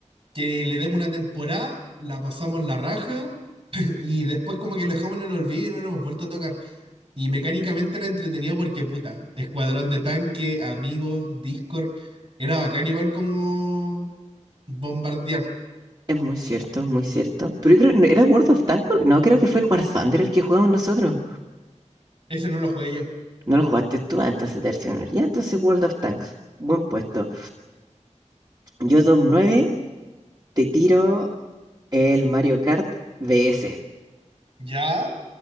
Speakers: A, on the right (about 50°); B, on the right (about 35°).
A: que le demos una temporada, la pasamos la raja <laughs> y después como que lo dejamos en el olvido y no nos hemos vuelto a tocar. Y mecánicamente era entretenido porque puta, escuadrón de tanque, amigos, Discord, era bacán igual como bombardear.
B: Es muy cierto, es muy cierto. Pero yo creo, ¿no ¿era World of Tanks? No, creo que fue el War Thunder el que jugamos nosotros.
A: Ese no lo jugué yo.
B: No lo jugaste tú, ah, entonces
A: Y-
B: te Ya, entonces World of Tanks. Buen puesto. Yo Dom 9 te tiro el Mario Kart DS.
A: ¿Ya?